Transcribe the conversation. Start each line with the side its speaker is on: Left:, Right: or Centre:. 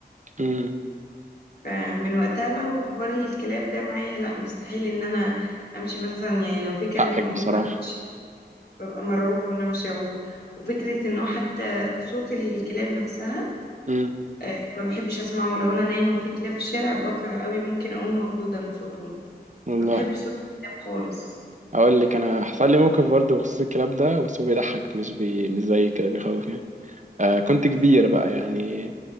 Right: امم
Left: فمن وقتها بقى وحوار الكلاب ده معايا لا مستحيل ان انا امشي مثلا يعني لو في كلب
Right: حقك
Left: موجود
Right: بصراحه
Left: وانا ماشيه ببقى مرعوبة وانا ماشية و- وفكرة ان هو حتى صوت الكلاب نفسها
Right: امم
Left: آه، ما بحبش اسمعه لو انا نايمة وفي كلاب في الشارع بكره قوي ممكن اقوم مخضوضة من صوتهم
Right: والله
Left: ما بحبش صوت الكلاب خالص
Right: اقول لك انا حصل لي موقف برضه بخصوص الكلام ده بس هو بيضحك مش بي... مش زي كده بيخوف يعني آه كنت كبير بقى يعني